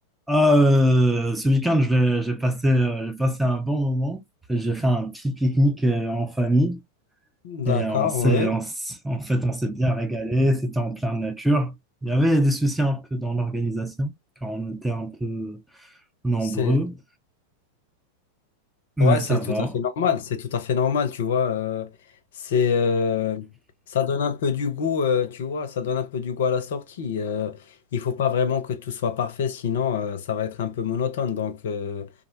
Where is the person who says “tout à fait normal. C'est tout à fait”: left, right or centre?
Left